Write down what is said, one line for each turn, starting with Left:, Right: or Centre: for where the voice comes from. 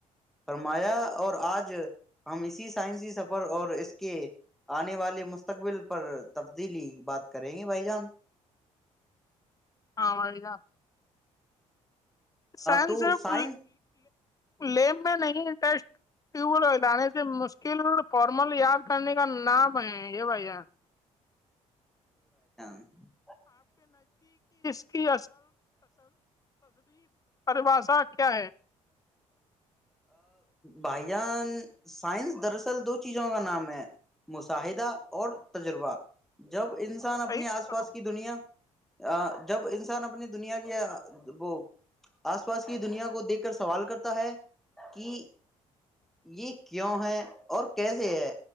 Centre: فرمایا اور آج ہم اسی سائنسی سفر اور اس کے آنے والے مستقبل پر تبدیلی بات کریں گے بھائی جان
Left: ہاں اور گا سائن
Centre: تو
Left: صرف
Centre: سائنس
Left: لیمب میں نہیں انٹرسٹ ٹیوب ویل لانے سے مشکل فارمل یا کرنے کا نام ہے یہ بھیا
Centre: ج
Left: کی ارباشا کیا ہے
Centre: بھائی جان سائنس دراصل دو چیزوں کا نام ہے مشاہدہ اور تجربہ جب انسان
Left: صحیح
Centre: اپنے آس
Left: صحیح
Centre: پاس کی دنیا جب انسان اپنی دنیا کی وہ آس پاس کی دنیا کو دیکھ کر سوال کرتا ہے کہ یہ کیوں ہے اور کیسے ہے